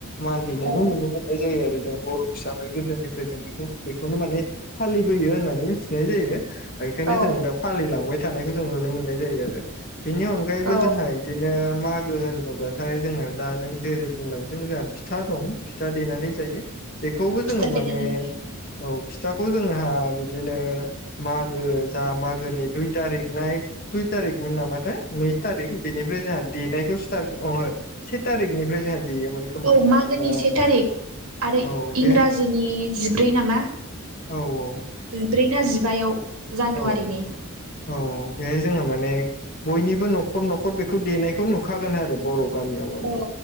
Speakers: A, on the left (about 40°); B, on the right (about 75°).
A: मान हैैनायखौ
B: औ
A: नुनो मोननाय जायो आरो जों बर' हिसाबै गोदोनिफ्राय जों बेखौनो माने फा फालिबोयो होननानै मिथिनाय जायो बेखायनो
B: औ
A: जों दा फालिलांबाय थानायखौ जों नुनो मोननाय जायो आरो। बिनि अनगायैबो
B: औ
A: जोंहा इदि मागो होनोबाथाय जोंहा दा नों जेरै बुंलां जों जोंहा फिथा दं फिथा देनानै जायो बेखौबो जोङो
B: खिथा
A: माने
B: देनानै होयो।
A: औ फिथाखौ जोंहा बि दिनो मागो जा मागोनि दुइ तारिख ना एक दुइ थारिखमोन नामाथाय नै थारिख बि निफ्राय जोंहा देनायखौ स्टार्ट <unintelligible> से थारिखनिफ्राय जोंहा देयोमोन खोमा
B: औ मागोनि
A: ओ
B: से थारिख आरो
A: औ बेहाय
B: इंराजिनि जिब्रै नामा
A: औ औ
B: जिब्रै ना जिबायाव जानुवारिनि
A: ओ औ औ बेहाय जोङो माने बयनिबो न'खर न'खर बेखौ देनायखौ नुखागोन आरो बर' गामियाव माने
B: औ